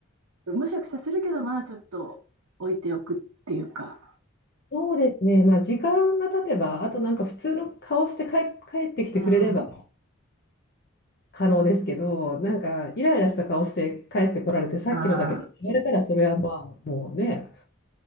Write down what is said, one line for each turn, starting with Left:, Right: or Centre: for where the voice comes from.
Right: う、むしゃくしゃするけど、まあちょっと置いておくっていうか。
Left: そうですね、まあ時間が経てば、あとなんか普通の顔して帰、帰ってきてくれれば
Right: うん。
Left: 可能ですけど、なんかイライラした顔して帰ってこられて、さっきのだけど言われたら、
Right: あ
Left: それはまあね、